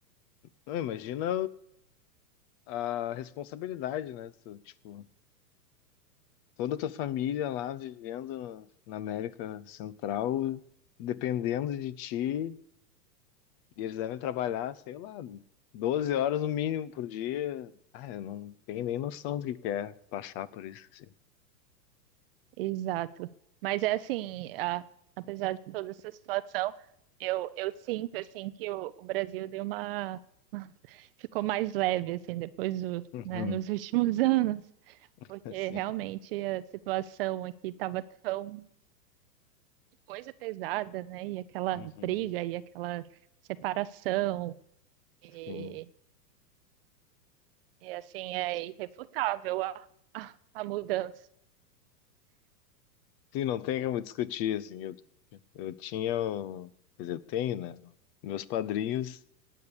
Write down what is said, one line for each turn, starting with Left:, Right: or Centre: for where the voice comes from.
Left: Não, imagina a responsabilidade, né? Tu, tipo, toda a tua família lá vivendo na América Central, dependendo de ti, e eles devem trabalhar, sei lá, 12 horas no mínimo por dia. Ah, eu não tenho nem noção do que que é passar por isso, assim.
Right: exato. Mas é assim, a- apesar de toda essa situação, eu, eu sinto assim que o, o Brasil deu uma ficou mais leve assim depois do,
Left: Uhum,
Right: né, nos últimos <laughs> anos,
Left: <laughs>
Right: porque
Left: assim,
Right: realmente a situação aqui estava tão coisa pesada, né? E aquela
Left: uhum,
Right: briga e aquela separação E,
Left: sim.
Right: e, assim é irrefutável a, a, a mudança.
Left: Sim, não tem como discutir, assim, eu, eu tinha, o- quer dizer, eu tenho, né? Meus padrinhos